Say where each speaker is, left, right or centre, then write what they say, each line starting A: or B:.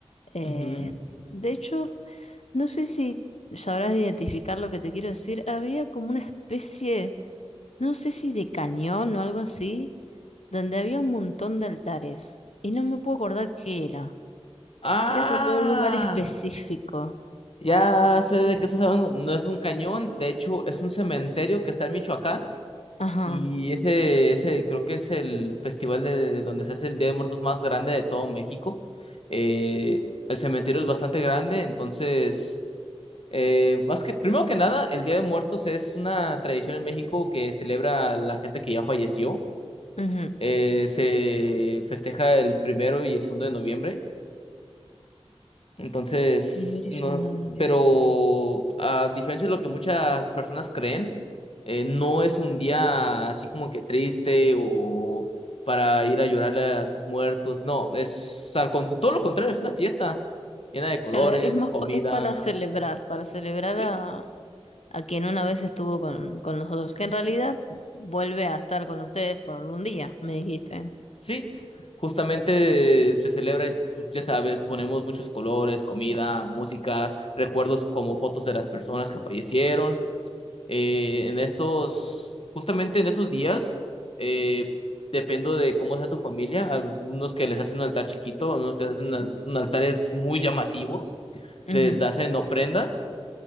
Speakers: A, on the left (about 80°); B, on the left (about 60°).
A: Eh,
B: Ujú.
A: de hecho, no sé si sabrás identificar lo que te quiero decir. Había como una especie, no sé si de cañón o algo así, donde había un montón de altares. Y no me puedo acordar qué era.
B: Ah,
A: Era como un lugar específico.
B: ya sé de qué estás hablando. No es un cañón, de hecho es un cementerio que está en Michoacán.
A: Ajá.
B: Y ese, ese creo que es el festival de donde se hace el Día de Muertos más grande de todo México. Eh, el cementerio es bastante grande, entonces, eh, más que, primero que nada, el Día de Muertos es una tradición en México que celebra a la gente que ya falleció.
A: ujú.
B: Eh, se festeja el primero y el segundo de noviembre. Entonces,
A: Primero
B: no,
A: y segundo de noviembre.
B: pero
A: ok.
B: a diferencia de lo que muchas personas creen, eh, no es un día así como que triste o para ir a llorarle a tus muertos. No, es al con- todo lo contrario, es una fiesta llena de colores,
A: Claro, es más,
B: comida.
A: pa- es para celebrar, para celebrar
B: Sí,
A: a, a quien una vez estuvo con, con nosotros, que en realidad vuelve a estar con ustedes por un día, me dijiste.
B: sí. Justamente eh, se celebra, pues, ya sabes, ponemos muchos colores, comida, música, recuerdos como fotos de las personas que fallecieron. eh, en estos, justamente en esos días, eh, dependo de cómo sea tu familia, algunos que les hacen un altar chiquito, algunos que les hacen al- un altares muy llamativos,
A: Ujú.
B: les hacen ofrendas,